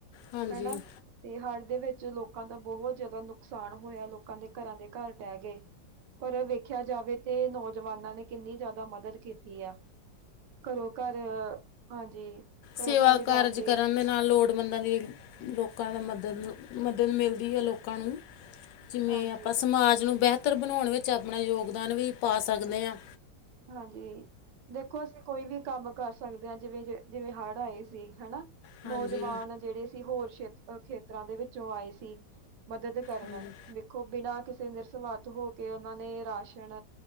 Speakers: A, on the left; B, on the right.
A: ਹਾਂਜੀ
B: ਹਨਾ। ਤੇ ਹੜ੍ਹ ਦੇ ਵਿੱਚ ਲੋਕਾਂ ਦਾ ਬਹੁਤ ਜ਼ਿਆਦਾ ਨੁਕਸਾਨ ਹੋਇਆ ਲੋਕਾਂ ਦੇ ਘਰਾਂ ਦੇ ਘਰ ਡਹਿ ਗਏ। ਪਰ ਓ ਵੇਖਿਆ ਜਾਵੇ ਤੇ ਨੌਜਵਾਨਾਂ ਨੇ ਕਿੰਨੀ ਜਾਦਾ ਮਦਦ ਕੀਤੀ ਆ। ਘਰੋ ਘਰ ਹਾਂਜੀ। ਘਰੋਂ
A: ਸੇਵਾ
B: ਘਰ ਜਾ
A: ਕਾਰਜ
B: ਕੇ
A: ਕਰਨ ਦੇ ਨਾਲ ਲੋੜ ਮੰਦਾਂ ਦੀ ਲੋਕਾਂ ਦਾ ਮਦਦ ਨੂੰ ਮਦਦ ਮਿਲਦੀ ਐ ਲੋਕਾਂ ਨੂੰ। ਜਿਵੇਂ
B: ਹਾਂਜੀ।
A: ਆਪਾ ਸਮਾਜ ਨੂੰ ਬਿਹਤਰ ਬਣਾਉਣ ਵਿੱਚ ਆਪਣਾ ਯੋਗਦਾਨ ਵੀ ਪਾ ਸਕਦੇ ਹਾ।
B: ਹਾਂਜੀ, ਦੇਖੋ ਅਸੀਂ ਕੋਈ ਵੀ ਕੰਮ ਕਰ ਸਕਦੇ ਹਾਂ ਜਿਵੇਂ, ਜਿਵੇਂ ਹੜ ਆਏ ਸੀ ਹਨਾ
A: ਹਾਂਜੀ
B: ਨੌਜਵਾਨ ਜਿਹੜੇ ਤੇ ਹੋਰੇ ਸ਼ੇਤਰ ਖੇਤਰਾਂ ਦੇ ਵਿੱਚੋਂ ਆਏ ਸੀ ਮਦਦ ਕਰਨ
A: ਹਾਂਜੀ
B: ਵੇ ਖੋ ਬਿਨਾਂ ਕਿਸੇ ਨਿਰਸਵਾਰਥ ਹੋ ਕੇ ਉਹਨਾਂ ਨੇ ਰਾਸ਼ਨ